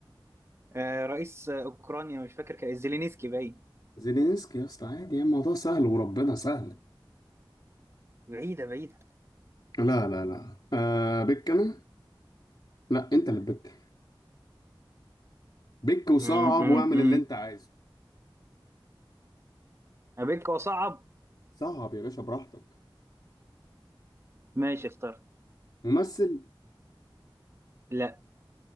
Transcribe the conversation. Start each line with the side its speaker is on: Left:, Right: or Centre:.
Right: آه، رئيس آه، اوكرانيا مش فاكر كان زيلينسكي باين
Left: زيلينسكي يا اسطى عادي يعني الموضوع سهل وربنا سهل
Right: بعيدة بعيدة
Left: لا لا لا آه بك انا لا انت اللي بك بك وصعب
Right: امم
Left: واعمل اللي انت عايزه
Right: ابيك وصعب
Left: صعب يا باشا براحتك
Right: ماشي اخترت
Left: ممثل
Right: لا